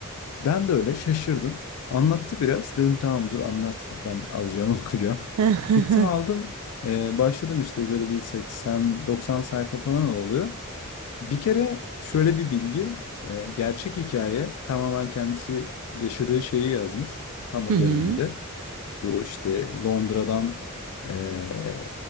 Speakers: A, on the left; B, on the right.
A: Ben de öyle şaşırdım. Anlattı biraz. Dedim tamam dur anlatma. Ben alacağım <laughs> okuyacağım.
B: ben.
A: Gittim aldım. Ee, başladım işte böyle bir 80-90 sayfa falan oluyor. Bir kere şöyle bir bilgi. e, gerçek hikaye tamamen kendisi yaşadığı şeyi yazmış. Tam o
B: Hı hı,
A: dönemde. Bu işte Londra'dan eee,